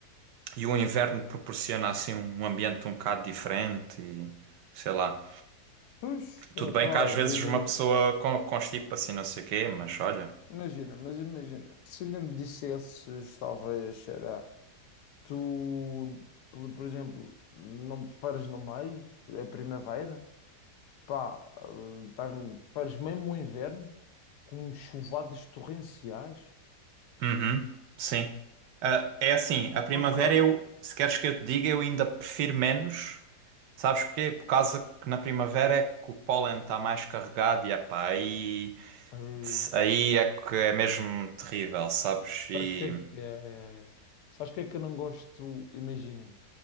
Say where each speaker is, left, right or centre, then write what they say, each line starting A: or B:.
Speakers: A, on the right; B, on the left.
A: E o inverno proporciona assim um ambiente um bocado diferente e sei lá.
B: Pois, opá,
A: Tudo bem que às
B: imagina.
A: vezes uma pessoa con- constipa assim não sei o quê, mas olha.
B: Imagina, mas imagina. Se ainda me dissesses, talvez, será. Tu, por por exemplo, não preferes no meio, a primavera? Pá, eh, estás-me- preferes mesmo o inverno? Com chuvadas torrenciais?
A: Uhum, sim. Ah, é assim, a primavera
B: Ok.
A: eu, se queres que eu te diga, eu ainda prefiro menos. Sabes porquê? Por causa que na primavera é que o pólen está mais carregado e epá, aí,
B: Ei,
A: aí é que é mesmo terrível, sabes?
B: Sabes
A: E.
B: que é, sabes que é que eu não gosto? Imagina,